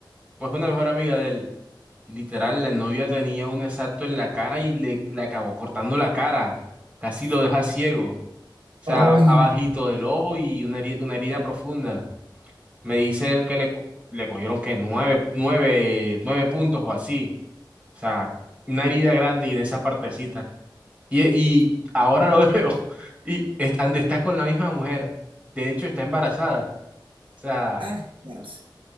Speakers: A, on the right (about 20°); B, on the right (about 80°).
A: pues una mejor amiga de él. Y literal, la novia tenía un exacto en la cara y le, le acabó cortando la cara. Casi lo deja ciego. O sea,
B: Ay,
A: abajito del ojo y una heri- una herida profunda. Me dice él que le, co- le cogieron que nueve, nueve, nueve puntos o así. O sea, una herida grande y en esa partecita. Y, y ahora lo <laughs> veo. Y está, está con la misma mujer. De hecho, está embarazada. O sea,
B: ah, parce.